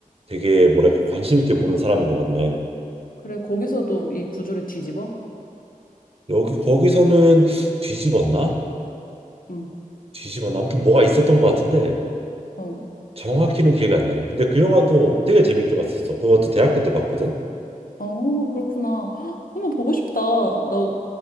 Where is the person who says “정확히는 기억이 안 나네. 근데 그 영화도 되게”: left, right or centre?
Right